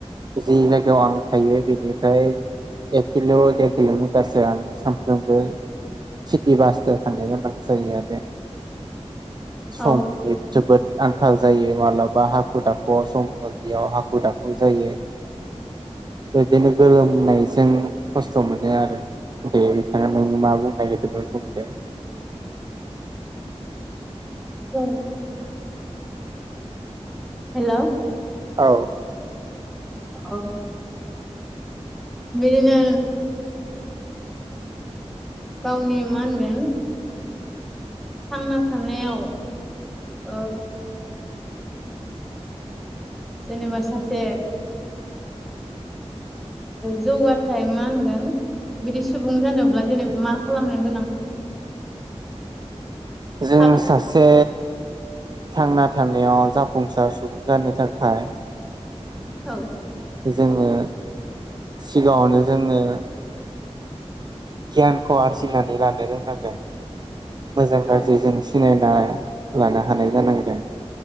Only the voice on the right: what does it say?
जि जायगायाव आं थायो बेनिफ्राय एक किल' देर किल' मिटारसो आं सानफ्रोमबो सिटि बासजों थांनो गोनां जायो आरो । बे समनि
जोबोद आंखाल जायो। मालाबा हाखु दाखुआव समफोर लियाव हाखु दाखु जायो। बिदिनो गोलोमनायजों खस्थ' मोनो आरो। दे बिथाङा मा बुंनो नागिरदोंमोन बुं दे।
औ।
जों
सासे थांना थानायाव जाफुंसार सुबुं जानो थाखाय
जोङो सिगाङावनो जोङो गियानखौ आरजिनानै लानो रोंनांगोन मोजां गाज्रि
जों सिनाय लानो हानाय जानांगोन